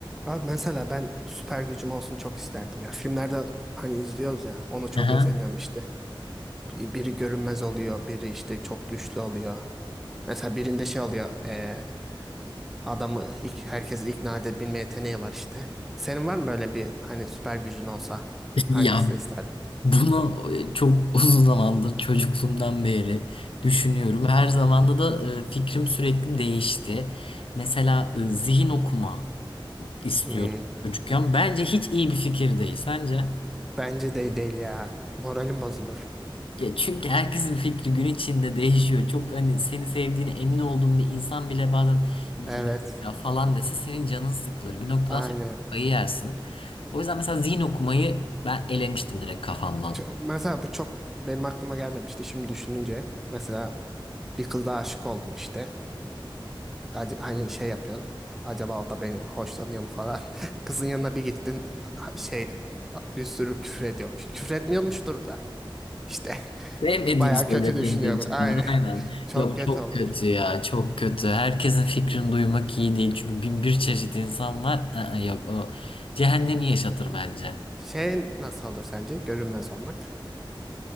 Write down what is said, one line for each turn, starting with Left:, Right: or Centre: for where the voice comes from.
Centre: Abi mesela ben süper gücüm olsun çok isterdim ya. Filmlerde hani izliyoruz ya ona çok
Left: Aha.
Centre: özeniyorum işte. Bir- Biri görünmez oluyor, biri işte çok güçlü oluyor. Mesela birinde şey oluyor eee, adamı ilk, herkesi ikna edebilme yeteneği var işte. Senin var mı böyle bir hani süper gücün olsa hangisini
Left: Ya
Centre: isterdin?
Left: bunu çok uzun zamandır çocukluğumdan beri düşünüyorum. Her zamanda da e, fikrim sürekli değişti. Mesela e, zihin okuma istiyordum
Centre: Hmm,
Left: çocukken. Bence hiç iyi bir fikir değil. Sence?
Centre: bence de değil ya. Moralim bozulur.
Left: Ya çünkü herkesin fikri gün içinde değişiyor. Çok hani seni sevdiğine emin olduğun bir insan bile bazen bu
Centre: Evet,
Left: da ne diyor ya falan dese senin canın sıkılır. Bir noktadan
Centre: aynen.
Left: sonra kafayı yersin. O yüzden mesela zihin okumayı ben elemiştim direkt kafamdan.
Centre: Çok- mesela bu çok benim aklıma gelmemişti şimdi düşününce. Mesela bir kıza aşık oldun işte. Ac- hani şey yapıyorsun. Acaba o da beni hoşlanıyor mu falan. <laughs> Kızın yanına bir gittin ha- şey bir sürü küfür ediyormuş. Küfür etmiyormuştur da. İşte
Left: Sevmediğini
Centre: <laughs> bayağı
Left: söylüyor
Centre: kötü düşünüyor.
Left: kendi içinden.
Centre: bu. Aynen.
Left: Aynen.
Centre: <laughs> Çok
Left: Yok
Centre: kötü
Left: çok
Centre: olur.
Left: kötü ya. Çok kötü. Herkesin fikrini duymak iyi değil. Çünkü bin bir çeşit insan var. Aa, yok o cehennemi yaşatır bence.
Centre: Şey nasıl olur sence? Görünmez olmak.